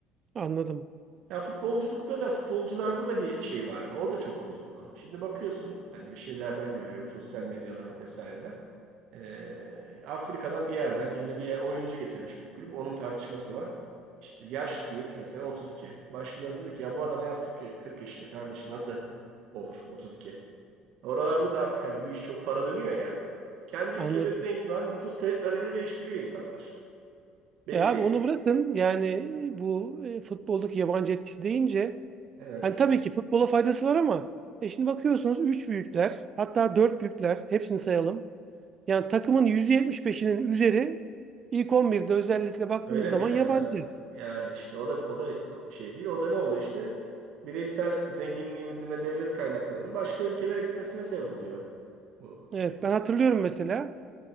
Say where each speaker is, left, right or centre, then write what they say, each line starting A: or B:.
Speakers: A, on the right; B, on the right.
A: anladım.
B: Ya futbolculukta da futbolcularda da bir şey vardı. O da çok bozuldu. Şimdi bakıyorsun hani bir şeylerden görüyorum sosyal medyadan vesaireden. Ee, Afrika'dan bir yerden ya da bir yer- oyuncu getirmiş bir kulüp. Onun tartışması var. İşte yaş diyor ki mesela 32. Başkaları da diyor ki ya bu adam en az 40, ya- 40 yaşında kardeşi nasıl olur 32? Oralarda da artık hani bu iş çok para dönüyor ya. Kendi
A: Anladım.
B: ülkelerinden itibaren nüfus kayıtlarını bile değiştiriyor insanlar. Belli.
A: E abi onu bırakın. Yani bu e, futboldaki yabancı etkisi deyince
B: Evet.
A: Hani tabii ki futbola faydası var ama e şimdi bakıyorsunuz 3 büyükler hatta 4 büyükler hepsini sayalım. Yani takımın %75'inin üzeri ilk 11'de özellikle baktığınız
B: Öyle
A: zaman
B: mi şu
A: yabancı.
B: anda? Yani işte o da o da şey değil. O da ne oluyor işte? Bireysel zenginliğimizin ve devlet kaynaklarının başka ülkelere gitmesine sebep oluyor. Bu
A: Evet
B: şey.
A: ben hatırlıyorum mesela